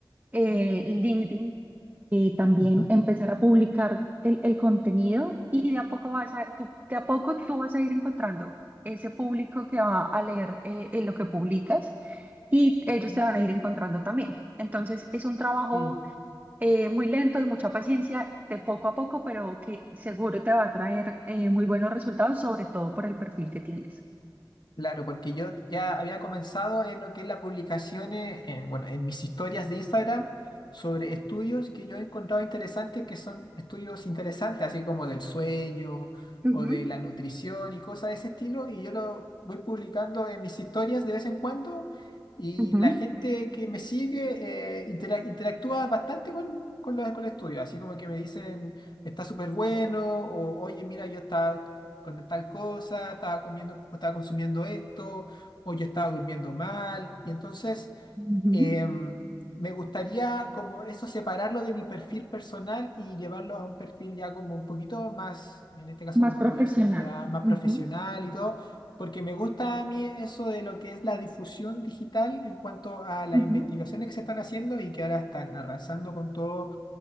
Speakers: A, on the right; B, on the left.
A: Eh, LinkedIn eh, también
B: ujú,
A: empezar a publicar el, el contenido y de a poco vas a, tú, de a poco tú vas a ir encontrando ese público que va a leer eh, eh, lo que publicas y ellos
B: ujú.
A: te van a ir encontrando también. Entonces es un trabajo
B: Sí.
A: eh, muy lento y mucha paciencia, de poco a poco, pero que seguro te va a traer eh, muy buenos resultados, sobre todo por el perfil que tienes.
B: Claro, porque yo ya había comenzado en lo que es la publicación, eh, eh, bueno, en mis historias de Instagram sobre estudios que yo he encontrado interesantes, que son estudios interesantes, así como del sueño
A: Ujú,
B: o de la nutrición y cosas de ese estilo, y yo lo voy publicando en mis historias de vez en cuando, y
A: ujú,
B: la gente que me sigue eh, intera- interactúa bastante con, con los, con el estudio, así como que me dicen, está súper bueno, o oye, mira, yo estaba con tal cosa, estaba comiendo, o estaba consumiendo esto, o yo estaba durmiendo mal. Y entonces
A: ujú.
B: em, me gustaría como eso separarlo de mi perfil personal y llevarlo a un perfil ya como un poquito más, en este caso
A: Más
B: como
A: profesional.
B: tú dices, ya más
A: Ujú,
B: profesional y todo. Porque me gusta a mí eso de lo que es la difusión digital en cuanto a las
A: ujú.
B: investigaciones que se están haciendo y que ahora están arrasando con todo